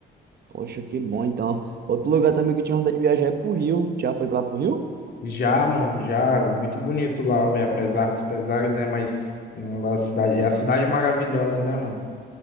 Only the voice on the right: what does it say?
poxa, que bom então. Outro lugar também que eu tinha vontade de viajar é pro Rio. Já foi pra lá pro Rio?